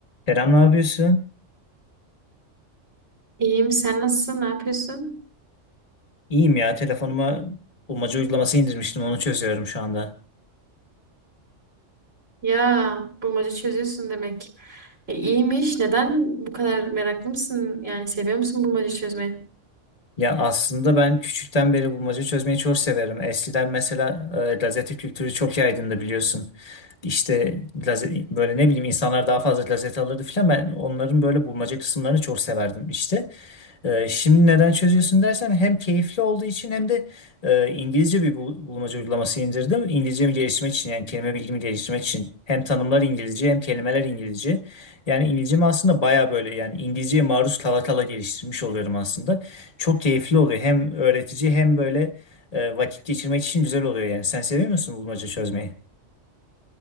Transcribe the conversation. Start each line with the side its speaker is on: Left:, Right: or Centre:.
Left: Kerem ne yapıyorsun?
Right: İyiyim. Sen nasılsın? Ne yapıyorsun?
Left: İyiyim ya. Telefonuma bulmaca uygulaması indirmiştim. Onu çözüyorum şu anda.
Right: Ya bulmaca çözüyorsun demek. E, iyiymiş. Neden bu kadar meraklı mısın? Yani seviyor musun bulmaca çözmeyi?
Left: Ya aslında ben küçükten beri bulmaca çözmeyi çok severim. Eskiden mesela e, gazete kültürü çok yaygındı biliyorsun. İşte gaze- böyle ne bileyim insanlar daha fazla gazete alırdı filan. Ben onların böyle bulmaca kısımlarını çok severdim işte. Ee, şimdi neden çözüyorsun dersen hem keyifli olduğu için hem de e, İngilizce bir bul- bulmaca uygulaması indirdim. İngilizcemi geliştirmek için yani kelime bilgimi geliştirmek için. Hem tanımlar İngilizce hem kelimeler İngilizce. Yani İngilizcemi aslında baya böyle yani İngilizceye maruz kala kala geliştirmiş oluyorum aslında. Çok keyifli oluyor. Hem öğretici hem böyle e, vakit geçirmek için güzel oluyor yani. Sen seviyor musun bulmaca çözmeyi?